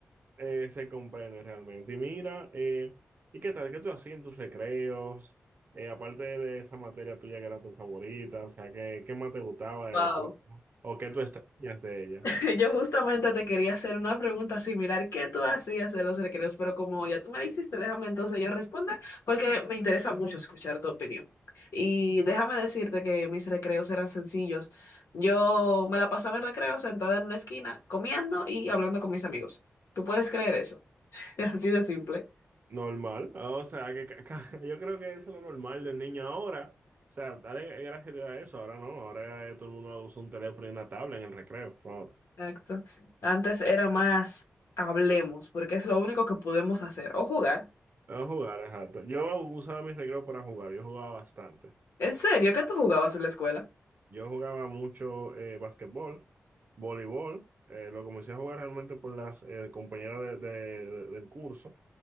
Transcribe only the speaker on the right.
eh, se comprende realmente. Y mira, eh, ¿y qué tal? ¿Qué tú hacías en tus recreos? Eh, aparte de esa materia tuya que era tu favorita, o sea, ¿qué, qué más te gustaba de
la escuela? ¿O qué tú extrañas de ella?
Normal, o sea, que ca- ca- <laughs> yo creo que eso es lo normal del niño ahora. O sea, dale gracias a Dios a eso, ahora no, ahora eh, todo el mundo usa un teléfono y una tabla en el recreo. No,
a jugar, exacto. Yo usaba mis recreos para jugar, yo jugaba bastante.
Yo jugaba mucho eh, basquetbol, voleibol. eh, lo comencé a jugar realmente por las eh, compañeras de- de- de- del curso. O